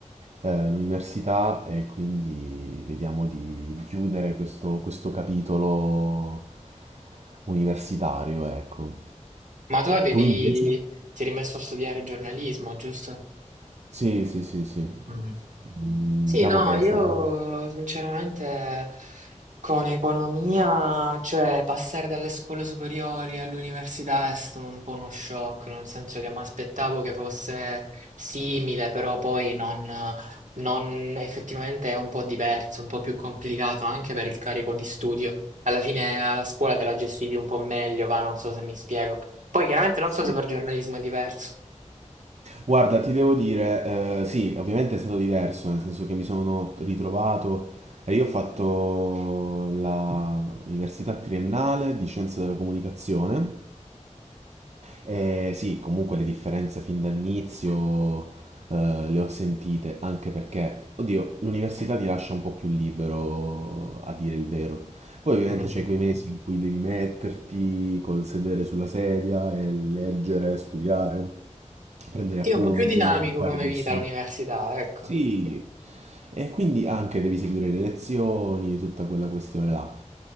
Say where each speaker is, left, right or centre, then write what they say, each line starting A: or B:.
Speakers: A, on the right; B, on the right.
A: eh, l'università e quindi vediamo di chiudere questo, questo capitolo universitario, ecco.
B: Ma tu avevi...
A: Tu invece?
B: ti eri messo a studiare giornalismo, giusto?
A: Sì, sì, sì, sì.
B: Mm.
A: Mm,
B: Sì,
A: Diciamo
B: no,
A: che
B: io
A: è stato...
B: sinceramente con economia, cioè passare dalle scuole superiori all'università è stato un po' uno shock, nel senso che mi aspettavo che fosse simile, però poi non, non- effettivamente è un po' diverso, un po' più complicato anche per il carico di studio. Alla fine alla scuola te la gestivi un po' meglio, va, non so se mi spiego. Poi chiaramente non
A: sì.
B: so se per giornalismo è diverso.
A: Guarda, ti devo dire, eh, sì, ovviamente è stato diverso, nel senso che mi sono ritrovato... e io ho fatto la- l'università triennale di scienze della comunicazione. E sì, comunque le differenze fin dall'inizio eh, le ho sentite, anche perché, oddio, l'università ti lascia un po' più libero a dire il vero. Poi ovviamente
B: Mm.
A: c'è quei mesi in cui devi metterti col sedere sulla sedia e leggere, studiare, prendere
B: Sì,
A: appunti,
B: è un po' più dinamico
A: fare
B: come
A: nessuno.
B: vita l'università, ecco.
A: Sì, e quindi anche devi seguire le lezioni e tutta quella questione là.